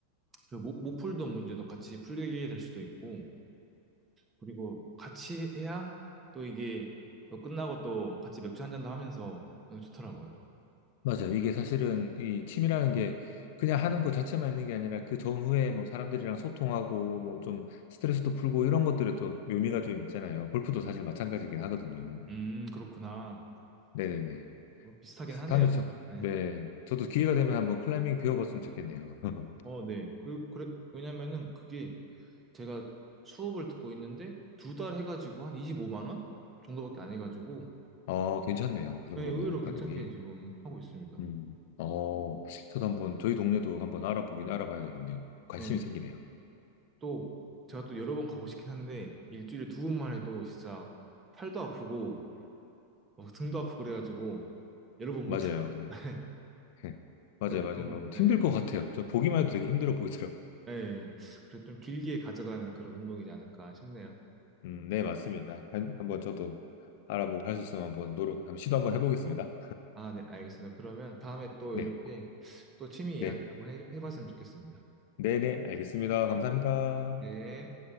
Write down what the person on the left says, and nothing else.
맞아요. 이게 사실은 이 취미라는 게 그냥 하는 것 자체만 있는 게 아니라 그 전후에 뭐 사람들이랑 소통하고 뭐 좀 스트레스도 풀고 이런 것들에 또 묘미가 좀 있잖아요. 골프도 사실 마찬가지긴 하거든요.
네네네.
다음에 저,
네. 저도 기회가 되면 한번 클라이밍 배워봤으면 좋겠네요. <laughs>
어, 괜찮네요. 그 정도면
가격이.
음. 어, 저도 한번 저희 동네도 한번 알아보긴 알아봐야 되겠네요. 관심이
생기네요.
맞아요.
네.
<laughs> 맞아요,
맞아요.
뭐 힘들
것 같아요. 저 보기만 해도 되게 힘들어 보이더라고요.
음, 네, 맞습니다. 한, 한번 저도 알아보고 할 수 있으면 한번 노력, 한번 시도 한번 해보겠습니다.
네,
네,
네, 네, 알겠습니다. 감사합니다.